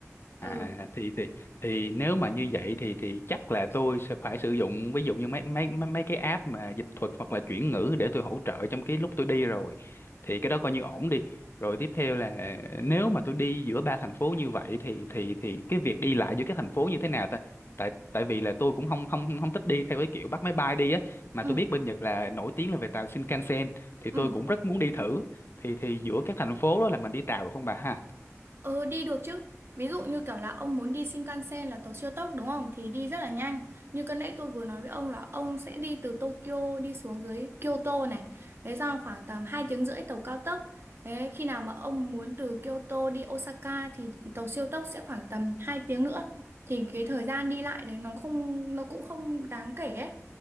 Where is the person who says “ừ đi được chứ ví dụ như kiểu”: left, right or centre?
Right